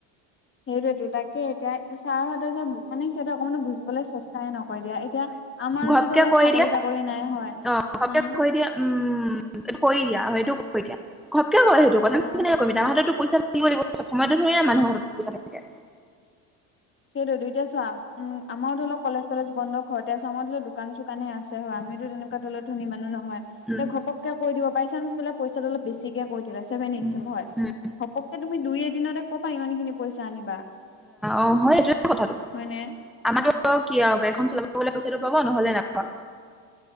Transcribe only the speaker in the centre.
ঘপকে
কৈ
দিয়ে
অ ঘপকে
কৈ দিয়ে উম, এইটো কৰি দিয়া সেইটো কৰি দিয়া ঘপকে কয় সেইটো কথা আমি
কেনেকে কৰিম আমাৰ হাতত তো পইচা থাকিব লাগিব ছব সময়তে থৰিনা মানুহৰ পইচা থাকে।
উম
উম
উম
অ হয় এইটোয়ে কথাটো।
আমাৰো কি আৰু গাড়ীখন চলাব গলে পইচাটো পাব নহ'লে নাপাওঁ।